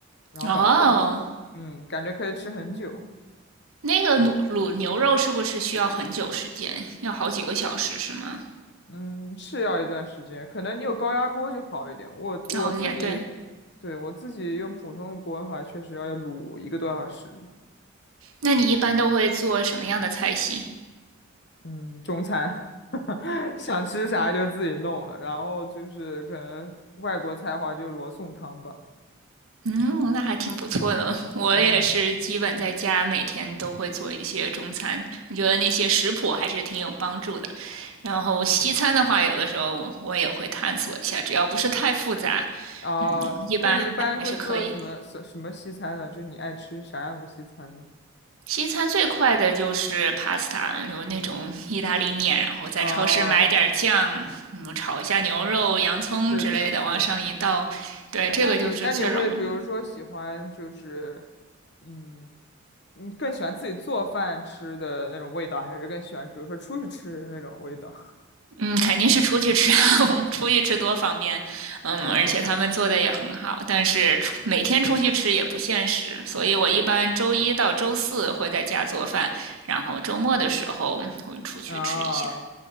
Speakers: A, on the left; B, on the right.
A: 然后把它冻起来，
B: 哦，
A: 嗯，感觉可以吃很久。
B: 那个卤卤牛肉是不是需要很久时间？要好几个小时是吗？
A: 嗯，是要一段时间，可能你有高压锅就好一点。我我自己，
B: 哦，也对。
A: 对，我自己用普通的锅的话，确实要卤一个多小时。
B: 那你一般都会做什么样的菜系？
A: 嗯，中餐 <laughs> 想吃啥就自己弄了，然后就是可能外国菜的话就是罗宋汤吧。
B: 嗯，那还挺不错的。我也是基本在家每天都会做一些中餐，
A: 嗯，
B: 我觉得那些食谱还是挺有帮助的。然后西餐的话，有的时候我也会探索一下，只要不是太复杂，
A: 啊，
B: 嗯，一般还还是可以。
A: 那你一般会做什么什什么西餐呢？就你爱吃啥样的西餐呢？
B: 西餐最快的就是 pasta，有那种意大利面，然后在超市买点儿酱，
A: 哦，
B: 嗯，炒一下牛肉、洋葱之类的，
A: 是的，是，
B: 往上一倒，对，
A: 哎，
B: 这个就是最容易。
A: 那你那你会比如说喜欢就是，嗯，你更喜欢自己做饭吃的那种味道，还是更喜欢比如说出去吃的那种味道？
B: 嗯，肯定是出去吃，<laughs> 我们出去吃多方便。
A: <laughs>
B: 嗯，
A: 嗯
B: 而且他们做的也很好，但是出每天出去吃也不现实，所以我一般周一到周四会在家做饭，然后周末的时候会出去吃一下。
A: 啊，